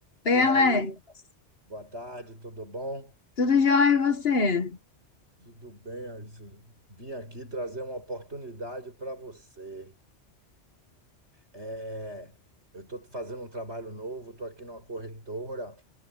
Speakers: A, on the left; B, on the right.
A: Oi,
B: Oi,
A: Alex,
B: Raíssa. Boa tarde, tudo bom?
A: tudo jóia e você?
B: Tudo bem, Raíssa. Vim aqui trazer uma oportunidade para você. É, eu estou fazendo um trabalho novo, estou aqui numa corretora